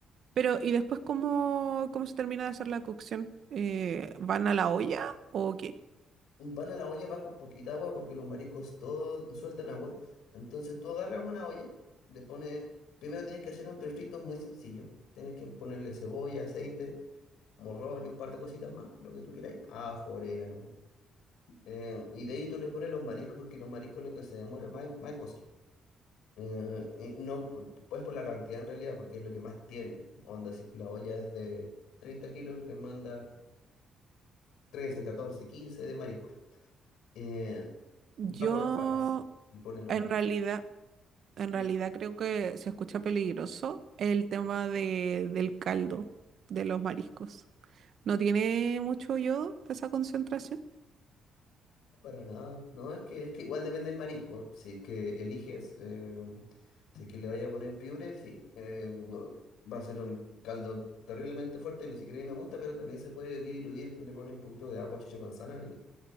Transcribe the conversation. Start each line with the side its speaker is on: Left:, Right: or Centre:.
Right: pero ¿y después cómo, cómo se termina de hacer la cocción? Eh, ¿van a la olla o qué?
Left: van a la olla, va con poquita agua porque los mariscos todos sueltan agua. Entonces tú agarras una olla, le pones, primero tienes que hacer un refrito muy sencillo. Tienes que ponerle cebolla, aceite, morrón y un par de cositas más, lo que tú queráis. Ajo, orégano. Eh, y de ahí tú le pones los mariscos porque los mariscos lo que se demora más, en- más en cocer. Eh, y no, pu- pues por la cantidad en realidad, porque es lo que más tiene. Onda, si es que la olla es de 30 kilos, le manda 13 14 15 de marisco. Eh,
Right: Yo
Left: Va por capas, le ponen los
Right: en
Left: mariscos.
Right: realidad, en realidad
Left: Dime,
Right: creo que se escucha peligroso el tema de, del caldo de los mariscos. ¿No tiene mucho yodo esa concentración?
Left: para nada. No, es que, es que igual depende del marisco. Si es que eliges, eh, si es que le vaya a poner piure, sí. Eh, bu- va a ser un caldo terriblemente fuerte, ni siquiera a mí me gusta, pero también se puede diluir. Tú le pones un poquito de agua, chicha de manzana y